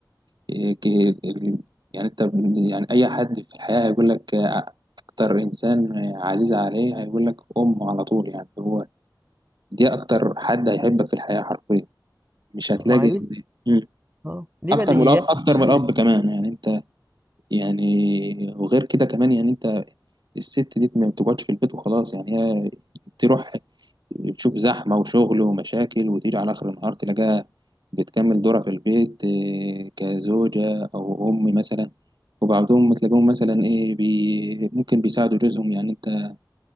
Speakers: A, on the right; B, on the right.
A: إيه، ك- ال- يعني انت يعني اي حد في الحياة هيقول لك آه، اكتر انسان عزيز عليه هيقول لك امه على طول يعني هو دي اكتر حد هيحبك في الحياة حرفيا مش هتلاقي
B: ما هي دي
A: مم.
B: آه دي
A: اكتر
B: بديهيات
A: من الاب اكتر
B: يا
A: من الاب
B: معلم.
A: كمان يعني انت يعني وغير كده كمان يعني انت الست دي ما بتقعدش في البيت وخلاص يعني هي تروح تشوف زحمة وشغل ومشاكل وتيجي على آخر النهار تلاقيها بتكمل دورها في البيت إيه، كزوجة أو أم مثلا وبعضهم تلاقيهم مثلا إيه بي ممكن بيساعدوا جوزهم يعني أنت